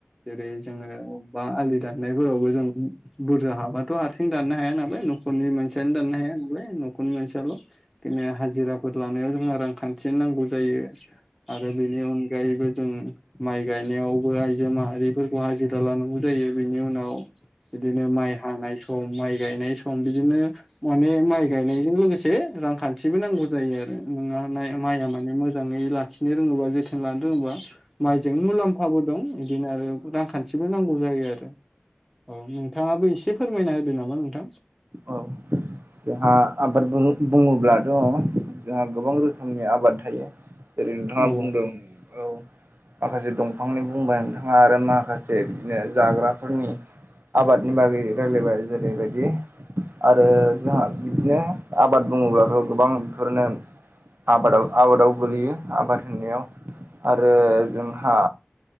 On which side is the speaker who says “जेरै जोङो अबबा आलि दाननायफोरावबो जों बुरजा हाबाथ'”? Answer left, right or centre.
Centre